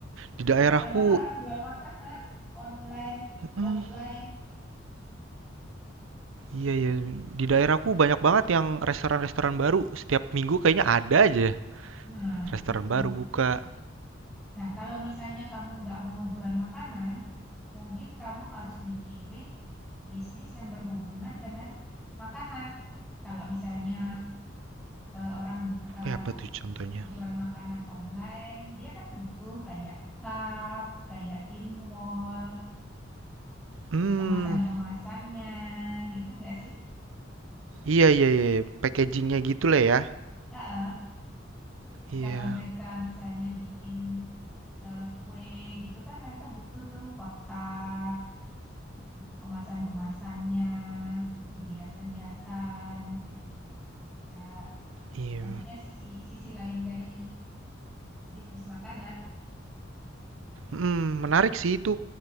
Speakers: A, on the right (about 85°); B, in the centre.
A: Di daerahku,
B: Di mana-mana orang jual makanan, online,
A: mm,
B: offline.
A: Iya ya, di daerahku banyak banget yang restoran-restoran baru. Setiap minggu kayaknya ada aja
B: Nah,
A: restoran
B: itu.
A: baru buka.
B: Nah, kalau misalnya kamu nggak mau jual makanan, mungkin kamu harus mikirin bisnis yang berhubungan dengan makanan. Kalau misalnya eh, orang buka
A: Kayak apa tuh contohnya?
B: jual makanan online, dia kan butuh kayak cup, kayak tin wall,
A: Hmm,
B: kemasan-kemasannya, gitu nggak sih?
A: iya iya iya, packagingnya gitu lah ya.
B: Heeh. Jadi
A: Iya,
B: Kalau mereka misalnya bikin eh, kue gitu kan mereka butuh tuh kotak, butuh kemasan-kemasannya, butuh hiasan-hiasan, kayak gitu. Ya,
A: iya.
B: maksudnya sisi sisi lain dari bisnis makanan.
A: Hmm, menarik sih itu.